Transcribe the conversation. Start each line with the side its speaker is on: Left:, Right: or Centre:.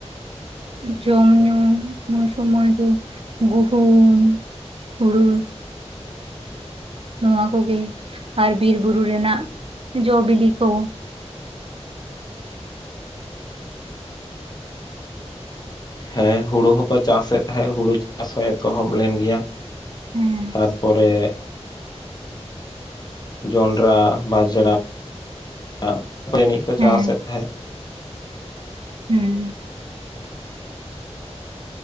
Right: ᱡᱚᱢ ᱧᱩ ᱩᱱ ᱥᱚᱢᱚᱭ ᱫᱚ ᱜᱩᱦᱩᱢ ᱦᱩᱲᱩ ᱱᱚᱣᱟ ᱠᱚᱜᱮ ᱟᱨ ᱵᱤᱨ ᱵᱩᱨᱩ ᱨᱮᱱᱟᱜ ᱡᱚ ᱵᱤᱞᱤ ᱠᱚ
Left: ᱦᱮᱸ ᱦᱩᱲᱩ ᱦᱚᱸᱠᱚ ᱪᱟᱥᱮᱫ ᱛᱟᱦᱮᱸᱫ ᱦᱩᱲᱩ ᱪᱟᱥ ᱦᱚᱸ ᱮᱛᱚᱦᱚᱵ ᱞᱮᱱ ᱜᱮᱭᱟ
Right: ᱦᱮᱸ
Left: ᱛᱟᱨᱯᱚᱨᱮ ᱡᱚᱱᱰᱨᱟ ᱵᱟᱡᱽᱲᱟ <inaudible> ᱡᱟᱹᱱᱤᱡ ᱠᱚ
Right: ᱦᱮᱸ
Left: ᱪᱟᱥᱮᱫ ᱛᱟᱦᱮᱸᱫ
Right: ᱦᱩᱸ